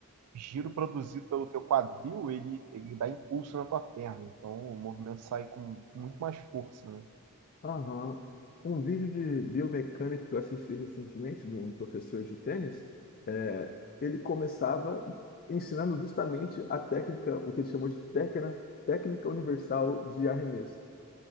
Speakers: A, on the right (about 90°); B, on the left (about 40°).
A: giro produzido pelo teu quadril, ele, ele dá impulso na tua perna. Então o movimento sai com muito mais força, né?
B: Aham. Um vídeo de biomecânica que eu assisti recentemente de um professor de tênis, é, ele começava ensinando justamente a técnica, o que ele chamou de técnica, técnica universal de arremesso.